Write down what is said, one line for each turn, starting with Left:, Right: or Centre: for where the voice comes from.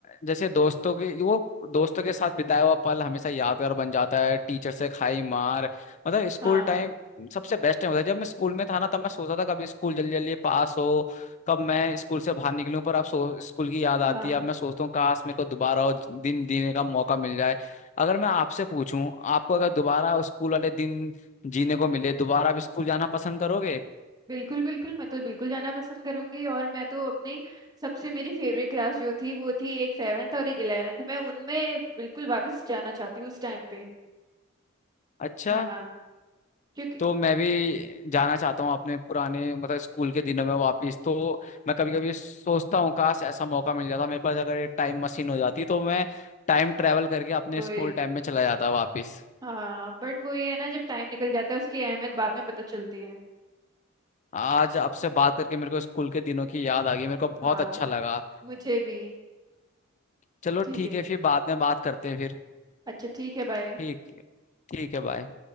Left: जैसे दोस्तों के वो दोस्तों के साथ बिताया हुआ पल हमेशा यादगार बन जाता है टीचर से खाई मार मतलब स्कूल
Right: हाँ
Left: टाइम सबसे बेस्ट टाइम होता है जब मैं स्कूल में था ना तब मैं सोचता था कब स्कूल जल्दी जल्दी पास हो कब मैं स्कूल से बाहर निकलूं पर अब सो स्कूल की याद आती
Right: हाँ
Left: है अब मैं सोचता हूँ काश मेरे को दोबारा वो दिन जीने का मौका मिल जाए अगर मैं आपसे पूछूं आपको अगर दोबारा स्कूल वाले दिन जीने को मिले दोबारा आप स्कूल जाना पसंद करोगे
Right: बिल्कुल बिल्कुल मैं तो बिल्कुल जाना पसंद करूंगी और मैं तो अपनी सबसे मेरी फेवरेट क्लास जो थी वो थी एक सेवेंथ और एक इलेवेंथ मैं उनमें बिल्कुल वापस जाना चाहती हूँ उस टाइम पे
Left: अच्छा
Right: हाँ क्योंकि
Left: तो मैं भी जाना चाहता हूँ अपने पुराने मतलब स्कूल के दिनों में वापस तो मैं कभी कभी सोचता हूँ काश ऐसा मौका मिल जाता मेरे पास अगर टाइम मशीन हो जाती तो मैं टाइम ट्रैवल करके अपने
Right: वही
Left: स्कूल टाइम में चला जाता वापस
Right: हाँ बट वो ये है ना जब टाइम निकल जाता है उसकी अहमियत बाद में पता चलती है
Left: आज आपसे बात करके मेरे को स्कूल के दिनों की याद आ गई मेरे को बहुत
Right: हाँ
Left: अच्छा लगा
Right: मुझे भी
Left: चलो
Right: ठीक
Left: ठीक
Right: है
Left: है फिर बाद में बात करते हैं फिर
Right: अच्छा ठीक है बाय
Left: ठीक ठीक है बाय